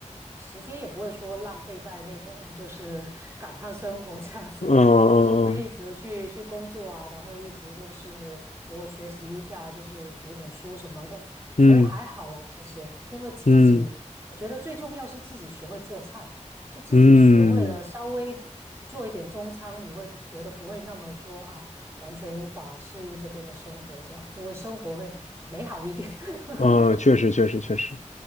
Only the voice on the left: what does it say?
嗯
嗯
嗯
嗯嗯嗯。
嗯
嗯，确实确实确实，